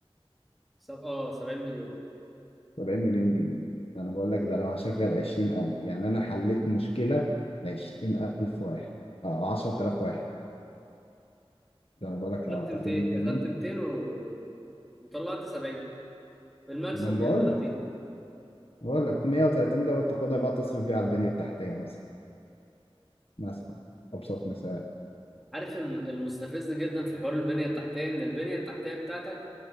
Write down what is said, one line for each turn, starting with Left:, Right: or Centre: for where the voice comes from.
Centre: سب... اه 70 مليون
Left: 70 مليون جنيه ده أنا بقول لك ده لو هشغل 20000 يعني أنا حليت مشكلة ل 20000 واحد أو 10000 واحد ده انا بقول لك
Centre: أخدت
Left: لو هتاخد
Centre: 200
Left: 100 جنيه
Centre: أخدت 200 و... وطلعت 70 بالمكسب
Left: اما
Centre: 130
Left: بقول لك بقول لك 130 ده وتاخدها بقى تصرف بيها على البنيه التحتيه مثلا مثلا ابسط مثال
Centre: عارف الم- المستفز جدا في حوار البنية التحتية إن البنية التحتية بتاعتك